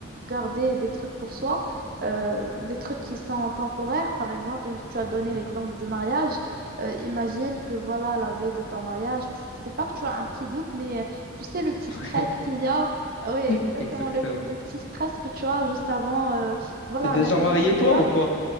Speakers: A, on the right; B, on the left.
A: garder des trucs pour soi, euh, des trucs qui sont temporaires, par exemple, tu as donné
B: mhm.
A: l'exemple du mariage. Euh, imagine que voilà, la veille de ton mariage, tu sais pas que tu as un petit doute, mais tu sais, le petit stress
B: Ouais.
A: qu'il y a, oui, exactement,
B: <laughs> Exactement.
A: le, le petit stress que tu as juste avant, euh, voilà,
B: T'es déjà
A: un événement
B: marié,
A: comme
B: toi,
A: ça.
B: ou quoi?